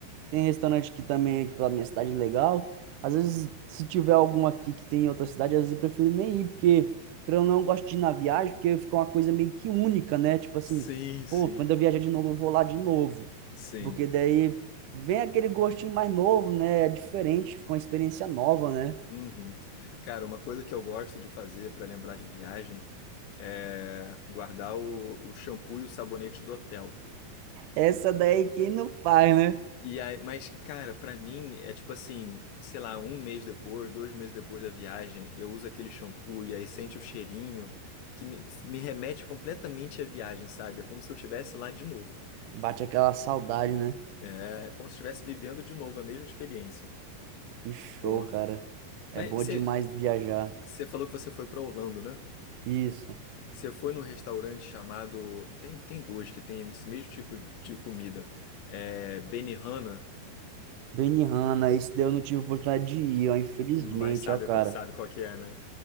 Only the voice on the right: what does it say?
Tem restaurante que também aqui pela minha cidade é legal. Às vezes, se tiver algum aqui que tem em outra cidade, às vezes eu prefiro nem ir, porque, querendo ou não, eu gosto de ir na viagem, porque fica uma coisa meio que única, né? Tipo assim,
pô, quando eu viajar de novo, eu vou lá de novo.
Porque daí vem aquele gostinho mais novo, né? É diferente, fica uma experiência nova, né?
Essa daí quem não faz, né?
Bate aquela saudade, né?
E show,
cara. É
bom
demais viajar.
Isso.
Benihana, esse daí eu não tive oportunidade de ir, ó, infelizmente,
ó, cara.